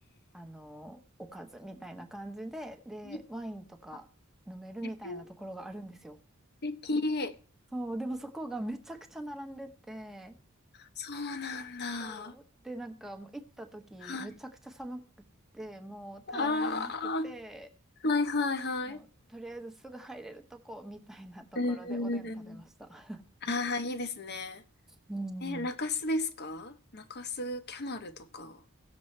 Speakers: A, in the centre; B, on the left.
A: あの、おかずみたいな感じで、で、
B: いい
A: ワインとか飲めるみたいなところがあるんですよ。
B: なえー素敵。
A: そう、でもそこがめちゃくちゃ並んでて、
B: そうなんだ。
A: そう、で、なんかもう行った時、
B: はい。
A: めちゃくちゃ寒くて、もう耐えられなくて、
B: ああ、はいはいはい。
A: もうとりあえずすぐ入れるとこみたいなところでおでん食べました。
B: うんうんうんああ、いいですね。
A: う
B: え、中洲ですか中洲キャナルとか、
A: ん